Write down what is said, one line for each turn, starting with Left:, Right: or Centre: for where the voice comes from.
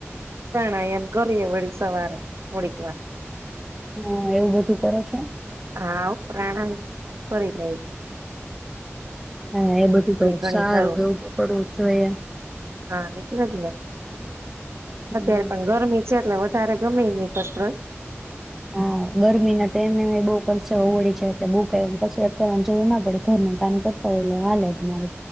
Right: પ્રાણાયામ એમ કરીએ વળી સવારે થોડીક વાર.
Centre: હા એવું બધું કરે છો.
Right: હા પ્રાણાયામું કરી લે.
Centre: હા એ બધું તો
Right: ઘણી
Centre: સારું
Right: કરું
Centre: એવું તો કરવું. જોએ.
Right: હા એટલે જ ને.
Centre: હમ.
Right: અત્યારે પણ ગરમી છે એટલે તારે ગમે નહીં કસરત.
Centre: હા ગરમી ના તેમ મને બહુ પરસેવો વળડી છે એટલે બુ ક કસરત કરવાનું જોવું ના પડે ઘરનું કામ કરતા હોય એટલે હાલે તમારે.